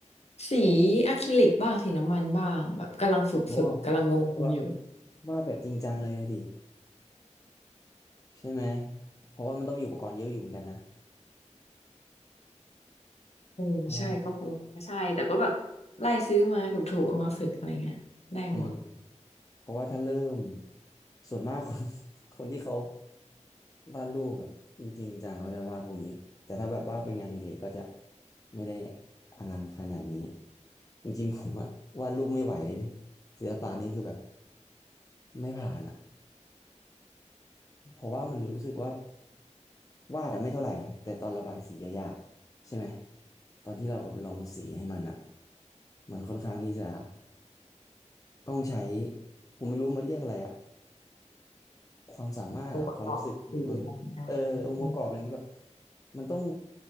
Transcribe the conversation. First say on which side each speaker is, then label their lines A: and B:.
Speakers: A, on the left; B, on the left.
A: สีอะคริลิกบ้างสีน้ำมันบ้างแบบกำลังฝึกฝึกกำลังงงๆอยู่
B: โอ้ว่าวาดแบบจริงจังเลยอะดิใช่ไหมเพราะว่ามันต้องมีอุปกรณ์เยอะอยู่เหมือนกันนะ
A: เออใช่ก็คงใช่แต่ก็แบบ
B: เพราะว่า
A: ไล่ซื้อมาถูกๆเอามาฝึกอะไรเงี้ยได้หมด
B: อืมเพราะว่าถ้าเริ่มส่วนมากคน <laughs> คนที่เขาวาดรูปแบบจริงๆจังเขาจะวาดพวกนี้แต่ถ้าแบบว่าเป็นงานอดิเรกก็จะไม่ได้อลังขนาดนี้จริงๆผมอะวาดรูปไม่ไหวเลยดิศิลปะนี่คือแบบไม่ผ่านอะ เพราะว่ามันรู้สึกว่าวาดอะไม่เท่าไหร่นะแต่ตอนระบายสีอะยากใช่ไหมตอนที่เราลองสีให้มันอะมันค่อนข้างที่จะต้องใช้ผมไม่รู้มันเรียกอะไรอะความสามารถเหรอความรู้สึกหรือว่าไงเออองค์ประกอบอะไรเงี้ยแบบ
A: โอเวอร์คืออะไรเงี้ยอืม
B: มันต้อง